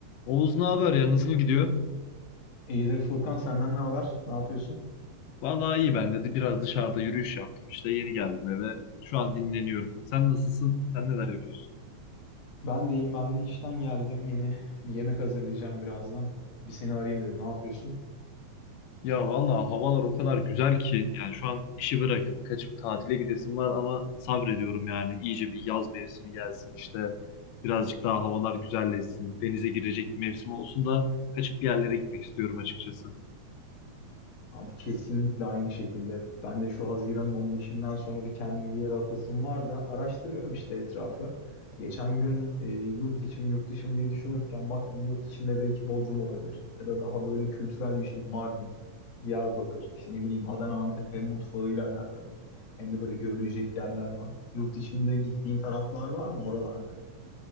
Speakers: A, on the left; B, on the left.
A: Oğuz ne haber ya nasıl gidiyor?
B: İyidir Furkan senden ne haber? Ne yapıyorsun?
A: Vallahi iyi ben dedi. Biraz dışarıda yürüyüş yaptım işte. Yeni geldim eve. Şu an dinleniyorum. Sen nasılsın? Sen neler yapıyorsun?
B: Ben de Ben de işten geldim. Yeni bir yemek hazırlayacağım birazdan. Bir seni arayayım dedim. Ne yapıyorsun?
A: Ya vallahi havalar o kadar güzel ki yani şu an işi bırakıp kaçıp tatile gidesim var ama sabrediyorum yani iyice bir yaz mevsimi gelsin işte birazcık daha havalar güzelleşsin denize girecek bir mevsim olsun da kaçıp bir yerlere gitmek istiyorum açıkçası.
B: Abi kesinlikle aynı şekilde. Ben de şu Haziran'ın 15'inden sonra bir kendim bir yere atasım var da araştırıyorum işte etrafı. Geçen gün e, yurt içi mi yurt dışı mı diye düşünürken baktım yurt içinde belki Bodrum olabilir. Ya da daha böyle kültürel bir şey Mardin, Diyarbakır, işte ne bileyim Adana, Antep hem mutfağıyla alakalı. Hem de böyle görülecek yerler var. Yurt içinde gittiğin taraflar var mı oralarda?